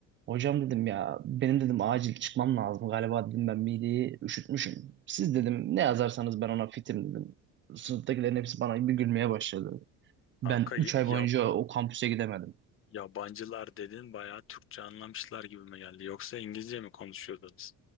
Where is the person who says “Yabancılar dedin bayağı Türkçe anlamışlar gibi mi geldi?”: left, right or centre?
Left